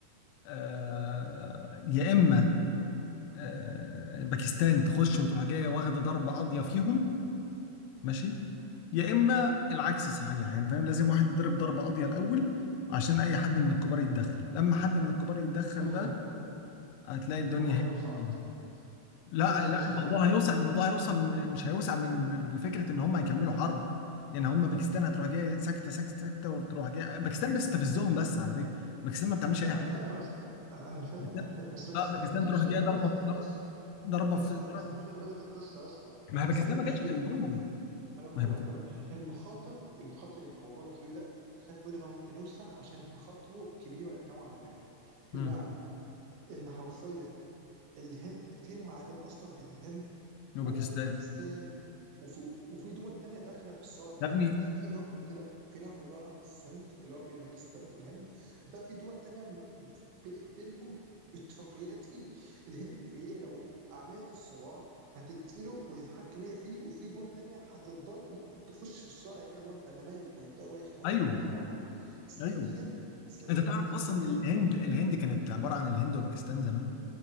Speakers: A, on the left; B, on the right.
A: آه، يا اما آه، باكستان تخش وتروح جايه واخده ضربه قاضيه فيهم ماشي يا اما العكس صحيح يعني فاهم لازم واحد يضرب ضربه قاضيه الاول عشان اي حد من الكبار يتدخل لما حد من الكبار يتدخل
B: امم
A: بقى هتلاقي الدنيا
B: الموضوع هيوسع اكتر
A: هي. لا
B: بص
A: لا
B: بص
A: الموضوع
B: يا صديقي
A: هيوصل الموضوع هيوصل م- مش هيوسع من بفكره ان هم هيكملوا حرب يعني هم باكستان هتروح جايه ساكته ساكته ساكته وتروح جايه باكستان بتستفزهم بس على فكره باكستان ما بتعملش اي
B: انا
A: حاجه
B: فاهم يا اسطى انا أنا فاهم
A: باكستان-
B: انا فاهم بس باكستان
A: اه باكستان
B: يا ابني
A: تروح
B: مش
A: جايه
B: هي اللي
A: ضربه
B: بدات القصه
A: ضربه
B: يا
A: في
B: اسطى باكستان
A: ضربه
B: مش هي اللي بدات القصه يا اسطى باكستان
A: ما هي باكستان ما
B: مش
A: جاتش
B: هي
A: جنبهم
B: اللي بدات انا بفهمك
A: ما هي باكستان
B: فاهمك المخاطر المخاطر الموضوع الكبير ده انت تخاف برضه ان هو ممكن يوسع عشان مخاطره كبيره نوعا ما بمعنى
A: امم
B: ان حرفيا الهند في معاهدات اصلا بين الهند
A: وباكستان
B: وبين باكستان وفي, وفي دول تانية داخلة في الصراع ده
A: يا ابني
B: يعني في في نهر كده في نهر اللي هو نهر السند اللي هو بين باكستان والهند ده في دول تانية مت- بي- بينهم اتفاقيات فيه الهند هي لو أعلنت الصراع هتقتله وتتحكم هي فيه وفي دول تانية هتتضر وممكن تخش في الصراع كمان اللي هو انت انا مالي فيبداوا بقى يخبطوا
A: ايوه
B: كلهم في بعض
A: ايوه
B: ثانيا ثانيا
A: انت تعرف
B: ان
A: اصلا
B: ال-
A: إن الهند
B: إن
A: الهند كانت عباره عن الهند وباكستان زمان